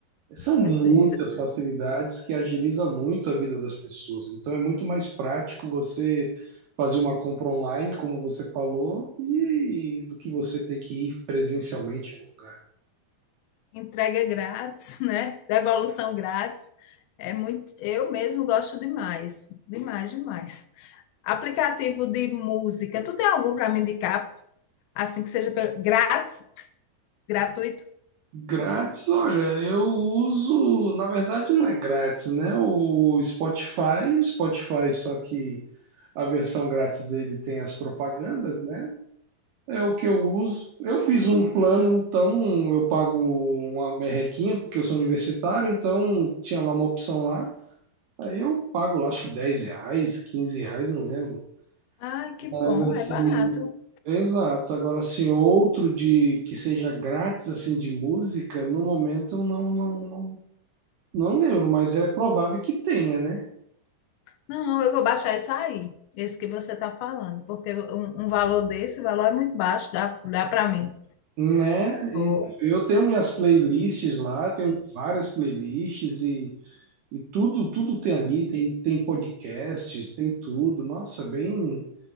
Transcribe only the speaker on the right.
São muitas
facilidades que agiliza muito a vida das pessoas. Então é muito mais prático você fazer uma compra online, como você falou, e, e do que você ter que ir presencialmente no lugar.
Grátis, olha, eu uso, na verdade não é grátis, né? O Spotify, o Spotify, só que a versão grátis dele tem as propagandas, né? É o que eu uso. Eu fiz um plano, então eu pago uma merrequinha, porque eu sou universitário, então tinha lá uma opção lá. Aí eu pago lá, acho que 10 reais, 15 reais, não lembro.
Mas
assim,
exato. Agora, assim, outro de que seja grátis, assim, de música, no momento eu não, não, não, não lembro, mas é provável que tenha, né?
Né?
E eu tenho minhas playlists lá, tenho várias playlists e E tudo, tudo tem ali, tem, tem podcasts, tem tudo. Nossa, bem,